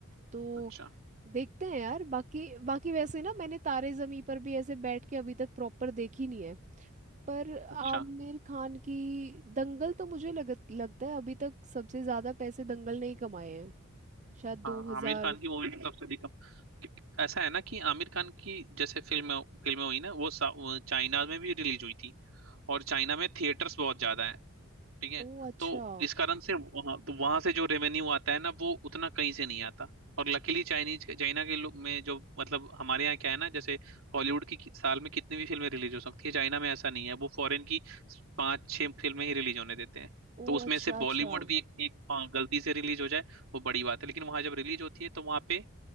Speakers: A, on the right; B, on the right.
A: तो
B: अच्छा
A: देखते हैं यार बाकी बाकी वैसे ना मैंने तारे जमी पर भी ऐसे बैठ के अभी तक प्रॉपर देखी नहीं है पर
B: अच्छा
A: आमिर खान की दंगल तो मुझे लग, लगता है अभी तक सबसे ज्यादा पैसे दंगल ने ही कमाए हैं शायद
B: हाँ
A: दो हजार
B: आमिर खान की मूवी तो सबसे अधिक ऐसा है ना कि आमिर खान की जैसे फिल्म फिल्में फिल्में हुई ना वो सा- वो चाइना में भी रिलीज हुई थी और चाइना में थिएटर्स बहुत ज्यादा ठीक है
A: ओ अच्छा
B: तो इस कारण से वहां तो वहां से जो रेवेन्यू आता है ना वो उतना कहीं से नहीं आता और लकीली चाइनीज चाइना के लोग में जो मतलब हमारे यहाँ क्या है ना जैसे हॉलीवुड की कि- साल में कितनी भी फिल्में रिलीज हो सकती है चाइना में ऐसा नहीं है वो फॉरेन की पांच छह फिल्में ही रिलीज होने देते हैं
A: ओ
B: तो उसमें
A: अच्छा
B: से बॉलीवुड
A: अच्छा
B: भी एक, एक हाँ, गलती से रिलीज हो जाए वो बड़ी बात है लेकिन वहां जब रिलीज होती है तो वहां पे